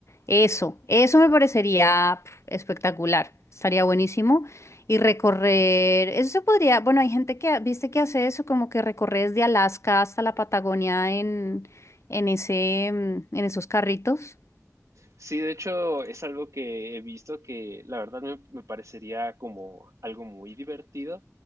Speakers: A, on the left (about 60°); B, on the right (about 75°).
A: Eso, eso me parecería pf, espectacular. Estaría buenísimo. Y recorrer, eso se podría, bueno, hay gente que, viste que hace eso, como que recorre desde Alaska hasta la Patagonia en, en ese, mm, en esos carritos.
B: Sí, de hecho es algo que he visto que la verdad me, me parecería como algo muy divertido.